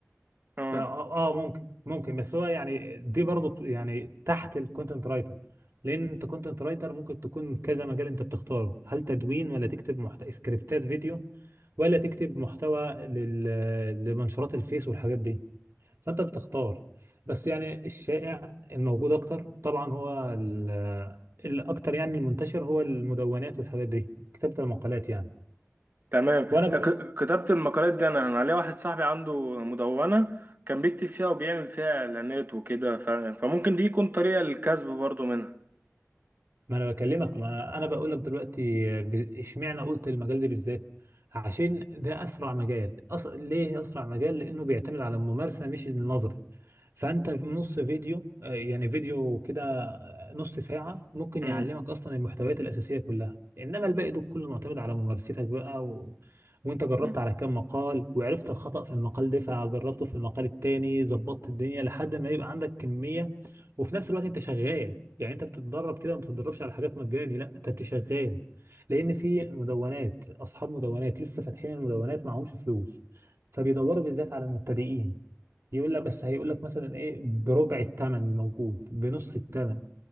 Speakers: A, on the right (about 40°); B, on the right (about 60°).
A: اه
B: ف- اه آه، ممكن ممكن بس هو يعني دي برضو بت- يعني تحت الكونتنت رايتر لان انت كونتنت رايتر ممكن تكون كذا مجال انت بتختاره هل تدوين ولا تكتب محت... سكريبتات فيديو ولا تكتب محتوى لل... لمنشورات الفيس والحاجات دي فانت بتختار بس يعني الشائع الموجود اكتر طبعا هو ال... الاكتر يعني المنتشر هو المدونات والحاجات دي كتابة المقالات يعني
A: تمام
B: وانا بقول
A: ك- كتابة المقالات دي انا انا عليا واحد صاحبي عنده مدونة كان بيكتب فيها وبيعمل فيها اعلانات وكده ف... فممكن دي يكون طريقة للكسب برضو منها
B: ما انا بكلمك ما انا بقول لك دلوقتي ب- اشمعنى قلت المجال ده بالذات عشان ده اسرع مجال أس... ليه اسرع مجال لانه بيعتمد على الممارسه مش النظر فانت في نص فيديو آه، يعني فيديو كده آه، نص ساعه ممكن
A: مم.
B: يعلمك اصلا المحتويات الاساسيه كلها انما الباقي ده كله معتمد على ممارستك بقى و... وانت جربت
A: مم.
B: على كام مقال وعرفت الخطأ في المقال ده فجربته في المقال التاني ظبطت الدنيا لحد ما يبقى عندك كميه وفي نفس الوقت انت شغال يعني انت بتتدرب كده ما بتتدربش على حاجات مجاني لا انت بتشغال لان في مدونات اصحاب مدونات لسه فاتحين المدونات معهمش فلوس فبيدوروا بالذات على المبتدئين يقول لك بس هيقول لك مثلا ايه بربع الثمن الموجود بنص الثمن